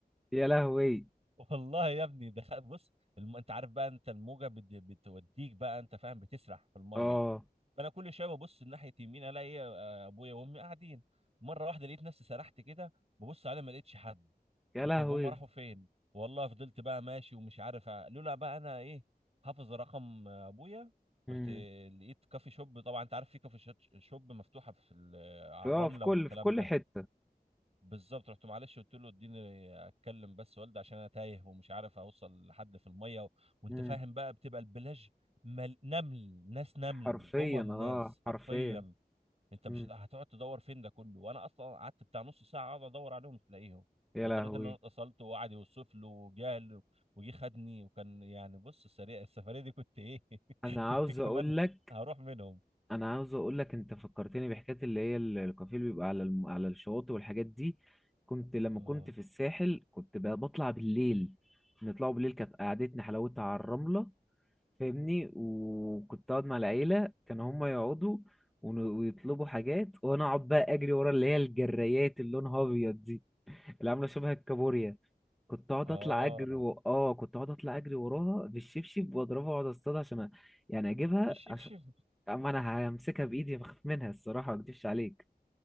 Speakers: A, in the centre; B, on the right.
A: يا لهوي
B: <laughs> والله يا ابني دخل بص الم... انت عارف بقى انت الموجه بت... بتوديك بقى انت فاهم بتسرح في الميه
A: اه
B: فانا كل شويه ببص ناحيه يمين الاقي إيه، آه، ابويا وامي قاعدين مره واحده لقيت نفسي سرحت كده ببص عليهم ما لقيتش حد
A: يا
B: قلت
A: لهوي
B: طب هم راحوا فين والله فضلت بقى ماشي ومش عارف أ- لولا بقى انا ايه حافظ رقم آه، ابويا رحت
A: امم
B: لقيت كافي شوب طبعا انت عارف في كافي شات- شوب مفتوحه في ال- على
A: في
B: الرمله
A: آه، في كل
B: والكلام
A: في كل
B: ده
A: حته
B: بالظبط رحت معلش قلت له اديني اتكلم بس والدي عشان انا تايه ومش عارف اوصل لحد في الميه و... وانت
A: امم
B: فاهم بقى بتبقى البلاج مل... نمل ناس نمل
A: حرفيا
B: امم
A: اه
B: ناس حرفيا
A: حرفيا
B: انت مش
A: امم
B: هت- هتقعد تدور فين ده كله وانا اصلا قعدت بتاع نص ساعه اقعد ادور عليهم مش لاقيهم
A: يا
B: فاضطريت
A: لهوي
B: ان انا اتصلت وقعد يوصف له وجه له وجه خدني وكان يعني بص السريع السفريه دي كنت ايه <laughs>
A: انا
B: كنت
A: عاوز
B: كمان
A: اقول لك
B: هروح منهم
A: انا عاوز اقول لك انت فكرتني بحكايه اللي هي ال- الكافيه اللي بيبقى على الم... على الشواطئ والحاجات دي كنت لما
B: اه
A: كنت في الساحل كنت ب- بطلع بالليل نطلعوا بالليل كانت قعدتنا حلاوتها على الرمله فاهمني وكنت اقعد مع العيله كانوا هم يقعدوا ون- ويطلبوا حاجات وانا اقعد بقى اجري ورا اللي هي الجرايات اللي لونها ابيض دي اللي عامله شبه الكابوريا كنت اقعد
B: اه
A: اطلع اجري و... اه كنت اقعد اطلع اجري وراها بالشبشب واضربها واقعد اصطادها عشان أ- يعني اجيبها
B: بالشبشب
A: عشان اما انا همسكها بايدي بخاف منها الصراحه ما اكدبش عليك